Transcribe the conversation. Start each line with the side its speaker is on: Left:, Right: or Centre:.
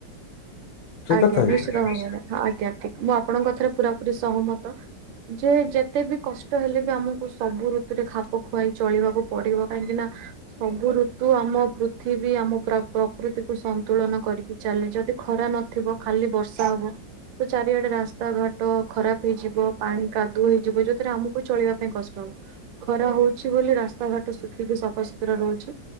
Left: ଠିକ
Right: ଆଜ୍ଞା
Left: କଥା
Right: ନିଶ୍ଚିତ
Left: କି ନାଇଁ?
Right: ଭାବରେ। ଆଜ୍ଞା ଠିକ। ମୁଁ ଆପଣଙ୍କ କଥାରେ ପୁରାପୁରୀ ସହମତ। ଯେ ଯେତେ ବି କଷ୍ଟ ହେଲେ ବି ଆମକୁ ସବୁ ଋତୁରେ ଖାପ୍ ଖ ଖୁଆଇ ଚଳିବାକୁ ପଡିବ କାହିଁକି ନା ସବୁ ଋତୁ ଆମ ପୃଥିବୀ ଆମ ପ୍ରକୃତିକୁୁ ସନ୍ତୁଳନ କରିକି ଚାଲେ। ଯଦି ଖରା ନଥିବ ଖାଲି ବର୍ଷା ହବ ତ ଚାରିଆଡେ ରାସ୍ତା ଘାଟ ଖରାପ ହେଇଯିବ, ପାଣି କାଦୁଅ ହେଇଯିବ ଯଉଥିରେ ଆମକୁ ଚଳିବା ପାଇଁ କଷ୍ଟ ହବ। ଖରା ହଉଚି ବୋଲି ରାସ୍ତାଘାଟ ଶୁଖିକି ସଫାସୁତୁରା ରହୁଚି।